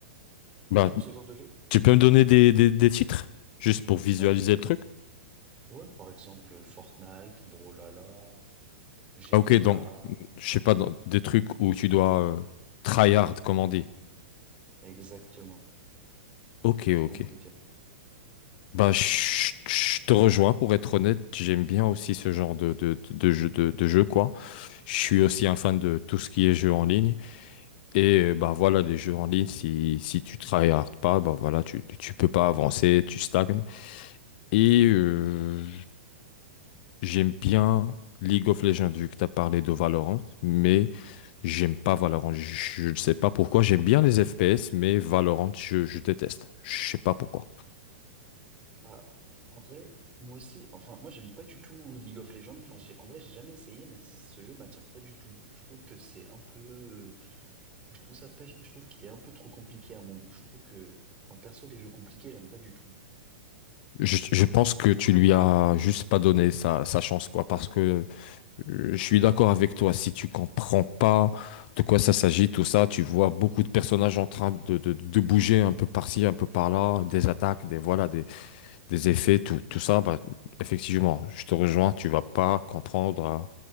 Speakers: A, on the left; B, on the right.
A: Bah,
B: T'aimes ce genre de jeu?
A: tu peux me donner des, des, des titres, juste pour visualiser
B: Ah, j'ai-
A: le truc?
B: Ouais, par exemple, Fortnite, Brawlhalla, GTA,
A: Ah, Ok, donc, je sais pas, dans- des trucs où tu dois euh, tryhard, comme on dit.
B: exactement.
A: Ok,
B: T'as tout
A: ok.
B: compris,
A: Bah, je je te rejoins, pour être honnête, j'aime bien aussi ce genre de, de, de jeu, de, de jeu, quoi. Je suis aussi un fan de tout ce qui est jeu en ligne. Et euh, bah voilà, les jeux en ligne, si, si tu tryhard pas, bah voilà, tu, tu tu peux pas avancer, tu stagnes. Et euh, j'aime bien League of Legends, vu que tu as parlé de Valorant, mais J'aime pas Valorant. Je ne sais pas pourquoi. J'aime bien les FPS, mais Valorant, je, je déteste. Je sais pas pourquoi.
B: Bah, en vrai, moi aussi, enfin, moi, j'aime pas du tout League of Legends. Enfin, j'ai, en vrai, j'ai jamais essayé, mais ce jeu m'attire pas du tout. Je trouve que c'est un peu, je trouve ça pas, je trouve qu'il est un peu trop compliqué à mon goût. Je trouve que, enfin, perso, les jeux compliqués, j'aime pas du tout.
A: Je, je pense que tu lui as juste pas donné sa, sa chance, quoi, parce que euh, je suis d'accord avec toi. Si tu comprends pas de quoi ça s'agit, tout ça, tu vois beaucoup de personnages en train de, de, de bouger un peu par-ci, un peu par-là, des attaques, des voilà, des, des effets, tout, tout ça, bah, effectivement, je te rejoins, tu vas pas comprendre, hein,